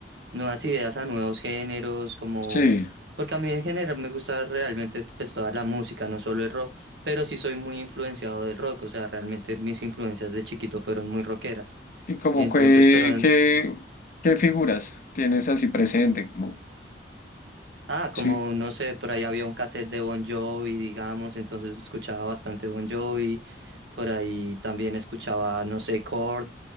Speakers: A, on the right; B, on the left.
A: nuevas ideas a nuevos géneros, como,
B: Sí.
A: porque a mí en general me gusta realmente pues toda la música, no solo el rock, pero sí soy muy influenciado del rock, o sea, realmente mis influencias de chiquito fueron muy rockeras.
B: ¿Y como
A: Entonces,
B: qué,
A: pero, en-
B: qué, qué figuras tienes así presente? Como,
A: ah,
B: sí,
A: como, no sé, por ahí había un cassette de Bon Jovi, digamos, entonces escuchaba bastante Bon Jovi, por ahí también escuchaba, no sé, Korn,